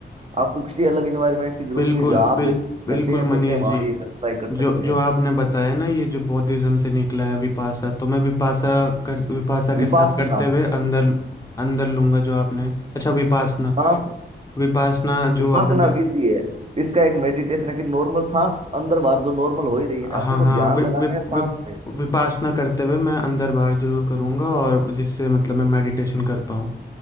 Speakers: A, on the right; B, on the left.
A: आपको किसी अलग इन्वायरमेंट की जरूरत
B: बिल्कुल
A: नहीं जहाँ आप
B: बिल
A: रहते
B: बिल्कुल
A: हैं सोते
B: मनीष
A: हैं वहाँ
B: जी
A: ये ट्राई कर
B: जो
A: सकते हैं
B: जो आपने बताया ना ये जो बौद्धिज्म से निकला है विपासा तो मैं विपासा कर विपासा
A: विपासना
B: के साथ करते हुए अंदर अंदर लूंगा जो आपने अच्छा विपासना
A: सांस विप-
B: विपासना
A: विपासना
B: जो आपने बत
A: विधि है इसका एक मेडिटेशन है कि नॉर्मल सांस अंदर बाहर जो नॉर्मल हो ही रही है ना अपने
B: हाँ
A: को
B: हाँ
A: ध्यान
B: वि,
A: लगाना
B: वि,
A: है सांस
B: वि,
A: पे
B: विपासना करते हुए मैं अंदर बाहर जरूर करूंगा और जिससे मतलब मैं मेडिटेशन कर पाऊँ